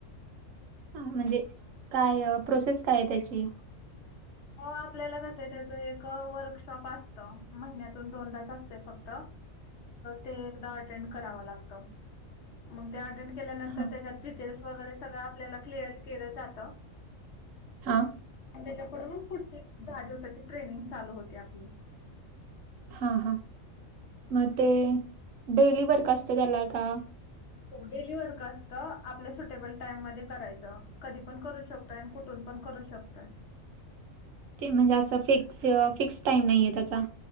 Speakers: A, on the right; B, on the left.
A: हा म्हणजे काय प्रोसेस काये त्याची?
B: हो आपल्याला कसंये, त्याचं एक वर्कशॉप असतं. महिन्यातून दोनदाच असते फक्त. ते एकदा अटेंड करावं लागतं. मग ते अटेंड केल्यानंतर
A: हा
B: त्याच्या डिटेल्स वगैरे सगळं आपल्याला क्लिअर केलं जातं.
A: हा.
B: आणि त्याच्या पुुढं मग पुढची दहा दिवसाची ट्रेनिंग चालू होते आपली.
A: हा हा. मग ते डेली वर्क असत त्याला का?
B: हो डेली वर्क असत. आपल्या सुटेबल टाइम मध्ये करायचं. कधी पण करू शक तान कुठून पण करू शकताय.
A: ते म्हणजे असं फिक्स फिक्स टाइम नाहीये त्याचा?